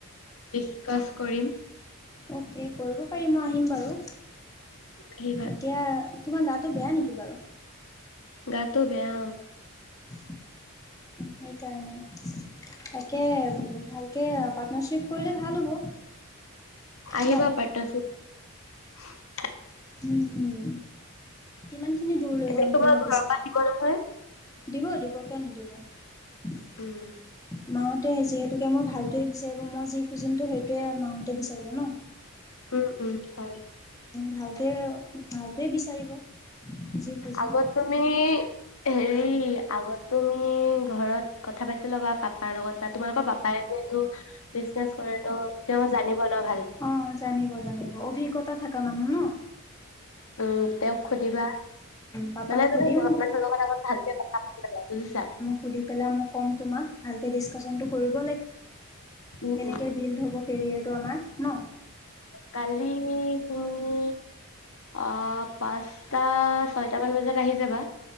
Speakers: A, on the left; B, on the left.
A: ডিছকাচ কৰিম।
B: অ'কে কৰিব পাৰি মই আহিম বাৰু।
A: আহিবা
B: এতিয়া তোমাৰ গাটো বেয়া নেকি? কি বাৰু।
A: গটো বেয়া।
B: অঁ, সেইকাৰণে তাকে বোলো ভালকে পাৰ্টনাৰশিপ কৰিলে ভাল হ'ব।
A: আহিবা
B: ন
A: পাটনা। <unintelligible>
B: উম কিমান। দূৰ লৈ
A: এনে
B: যাম
A: তোমাৰ
B: বুলি ভাবিছা?
A: ঘৰৰ পৰা দিব নহয়
B: দিব দিব কিয় নিদিব। মাওঁতে
A: উম
B: যিহেতুকে মোৰ ভালটোৱেই বিচাৰিব মই যি খুজিমতো সেইটোৱে মাওঁতে বিচাৰিব ন।
A: উম উম, হয়।
B: ভালটোৱে ভালটোৱে বিচাৰিব। যি খুজিম
A: আগত তুমি। হেৰি আগত তুমি ঘৰত কথা পাতি ল'বা পাপাৰ লগত বা তোমালোকৰ পাপাই যিহেতু বিজনেছ কৰে তো তেওঁ জানিব নহ।
B: অঁ, জানিব জানিব অভিজ্ঞতা। থকা মানুহ ন।
A: উম তেওঁক সুধিবা
B: পাপাক
A: মানে
B: সুধিম,
A: তুমি ঘৰৰ মানুহৰ লগত আগত ভালকে কথা পাতিবা বুজিছা।
B: সুধি পেলাই কম তোমাক, ভালকে দিছকাচন কৰিব
A: উম, উম,
B: কে বিল <unintelligible> ফটোমাৰ <unintelligible> ন।
A: কালি তুমি আহ পাঁচটা ছয়ট মান বজাত আহি যাবা।